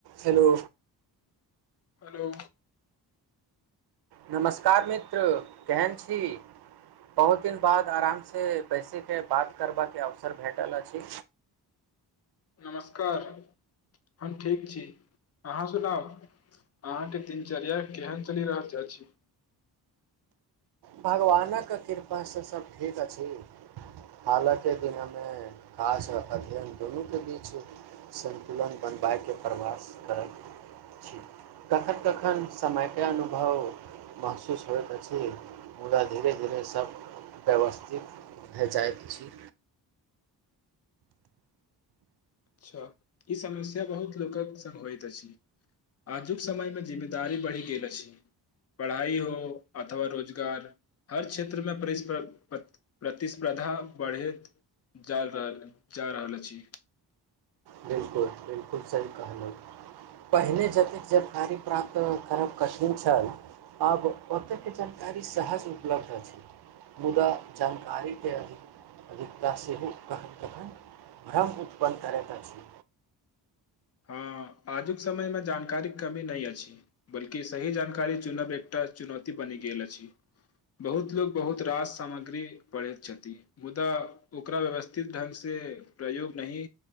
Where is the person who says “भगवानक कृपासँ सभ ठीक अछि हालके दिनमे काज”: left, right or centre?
Right